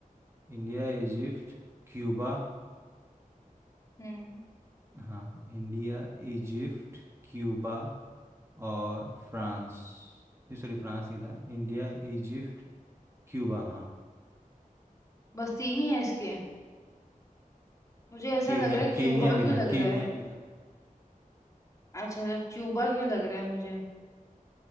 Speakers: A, on the right (about 20°); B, on the left (about 20°).
A: इंडिया इजिप्ट क्यूबा
B: हम्म
A: हाँ इंडिया इजिप्ट क्यूबा और फ्रांस नहीं सॉरी फ्रांस नहीं था इंडिया इजिप्ट क्यूबा हाँ
B: बस तीन ही है इसके मुझे ऐसा
A: केन्या
B: लग रहा है
A: केन्या
B: क्यूबा
A: भी
B: क्यों
A: था
B: लग
A: केन्या
B: रहा है
A: भी था
B: अच्छा क्यूबा क्यों लग रहा है मुझे